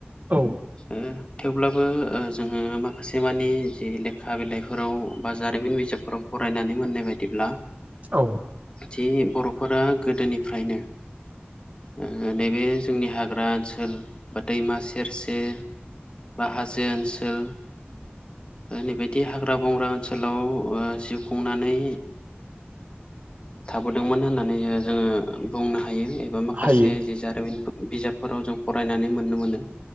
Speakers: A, on the right; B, on the left.
A: औ
B: ओ थेवब्लाबो जोङो मा खासेमानि जि लेखा बिलाइफोराव बा जारिमिन बिजाबफोराव फरायनानै मोननाय बायदिब्ला
A: औ।
B: थि बर'फोरा गोदोनिफ्रायनो। ओ नैबे जोंनि हाग्रा ओनसोल बा दैमा सेर सेर बा हाजो ओनसोल ओ नैबायदि हाग्रा-बंग्रा ओनसोलाव ओ जिउ खुंनानै थाबोदोंमोन होननानै जोङो बुंनो हा यो एबा माखासे
A: हायो
B: जि जारिमिन बिजाबफोराव जों फरायनानै मोननो मोनो।